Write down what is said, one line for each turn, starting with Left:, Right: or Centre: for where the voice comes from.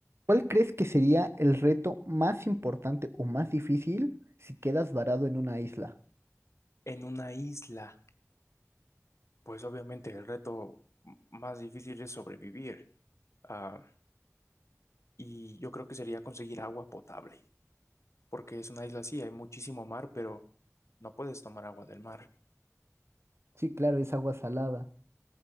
Right: ¿Cuál crees que sería el reto más importante o más difícil si quedas varado en una isla?
Left: en una isla, pues obviamente el reto m- más difícil es sobrevivir. Ah, y yo creo que sería conseguir agua potable, porque es una isla así, hay muchísimo mar, pero no puedes tomar agua del mar.
Right: Sí, claro, es agua salada.